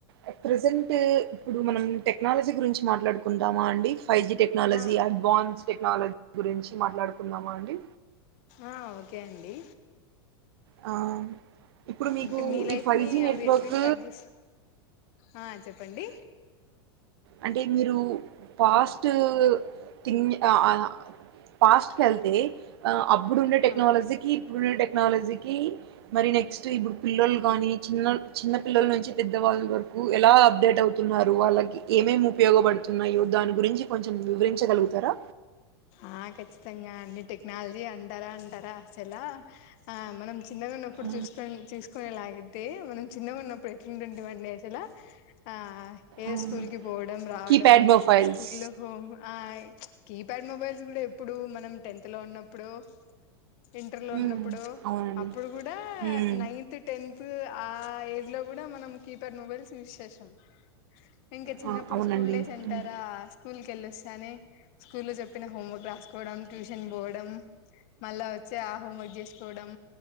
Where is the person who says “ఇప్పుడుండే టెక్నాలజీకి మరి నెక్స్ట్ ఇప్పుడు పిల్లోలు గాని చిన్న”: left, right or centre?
Right